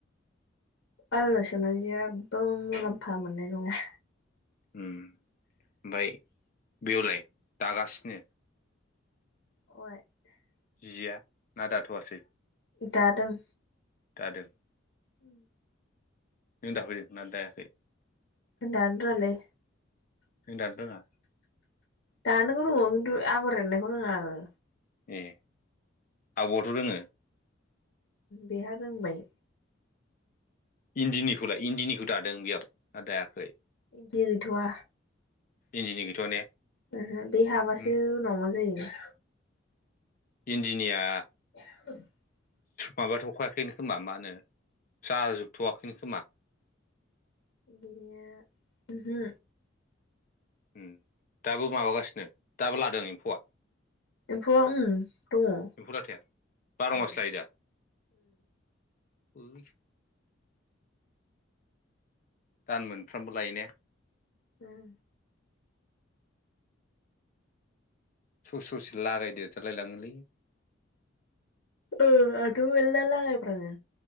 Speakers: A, on the left; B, on the left.
A: आंनाव सोंना जेब्बो मुलाम्फा मोननाय नङा।
B: उम ओमफ्राय बेवलाय दागासिनो?
A: अ।
B: जिया ना दाथ'आसै।
A: दादों।
B: दादों।
A: उम।
B: नों दाफैदों ना दायाखै।
A: आं दानो रोंङालै।
B: नों दानो रोङा?
A: दानोखौ रोंगौ किनटु आगर एरनायखौ रोंङा आरो।
B: ए आब'आथ' रोङो।
A: बेहा रोंबाय।
B: इन्दिनिखौलाय इन्दिनिखौ दादों बेयाव ना दायाखै?
A: इन्दि गैथ'वा।
B: इन्दिनि गैथ'आ ने?
A: ओहो बे हाबासो
B: उम
A: उनाव मा जायो।
B: इन्दिनिया
A: <unintelligible>
B: माबाथ'खायाखैनो खोमा मा होनो जाजोबथ'वाखैनो खोमा।
A: इदिनो ओहो
B: ओम दाबो माबागासिनो दाबो लादों एम्फौआ
A: एम्फौआ ओम दङ औ
B: एम्फौ लाथाया बार' मास
A: ओ
B: लायो दा <unintelligible> दान मोनफ्रामबो लायो ने?
A: उम
B: ससे ससे लागायदेरथारलाय लाङोलै।
A: ओ आंथ' मेलला लागायफ्राङो